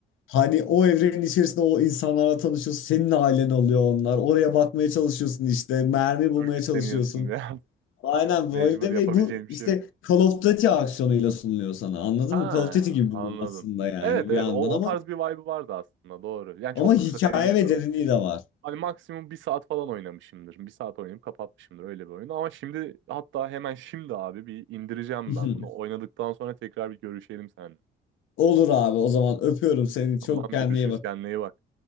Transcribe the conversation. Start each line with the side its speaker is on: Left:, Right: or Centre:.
Left: Hani o evrenin içerisinde o insanlarla tanışıyorsun. Senin ailen oluyor onlar. Oraya bakmaya çalışıyorsun işte. Mermi bulmaya
Right: Örgütleniyorsun
Left: çalışıyorsun.
Right: ya.
Left: Aynen
Right: <laughs> Mecbur
Left: böyle
Right: yapabileceğin
Left: ve bu
Right: bir
Left: işte
Right: şey yok.
Left: Call of Duty aksiyonuyla sunuluyor sana. Anladın
Right: Ha,
Left: mı? Call of Duty gibi bir
Right: anladım.
Left: oyun aslında yani
Right: Evet
Left: bir
Right: evet
Left: yandan
Right: o,
Left: ama
Right: o tarz bir vibe vardı aslında doğru. Yani
Left: ama
Right: çok
Left: hikaye
Right: kısa dediğin gibi
Left: ve derinliği de var.
Right: Hani maksimum bir saat falan oynamışımdır. Bir saat oynayıp kapatmışımdır öyle bir oyun. Ama şimdi hatta hemen şimdi abi bir indireceğim
Left: <laughs>
Right: ben bunu. Oynadıktan sonra tekrar bir görüşelim seninle.
Left: Olur abi o zaman öpüyorum seni. Çok
Right: Tamam
Left: kendine
Right: görüşürüz
Left: iyi bak.
Right: kendine iyi bak.